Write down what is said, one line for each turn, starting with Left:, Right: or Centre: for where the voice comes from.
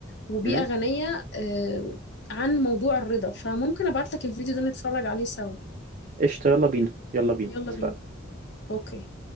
Left: وبيئة
Right: مم.
Left: غنية آه، عن موضوع الرضا فممكن أبعت لك الفيديو ده نتفرج عليه سوا
Right: قشطة يلا بينا يلا بينا
Left: يلا
Right: اتفقنا
Left: بينا أوكي